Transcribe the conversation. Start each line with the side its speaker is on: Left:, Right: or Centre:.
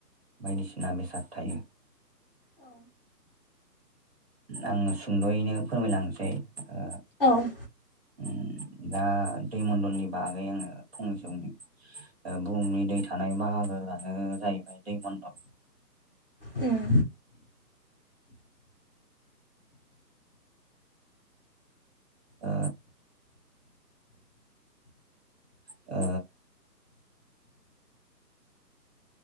Right: बायदिसिना बेसाद थायो।
Left: औ
Right: आङो सुंद'यैनो फोरमायलांसै ओ
Left: औ
Right: ओम दा दैमण्डलनि बागै आङो फंनैसोनि बु ओ बुहुमनि दै थानाय बाहागोआनो जाहैबाय दैमणडल
Left: उम
Right: ओ ओ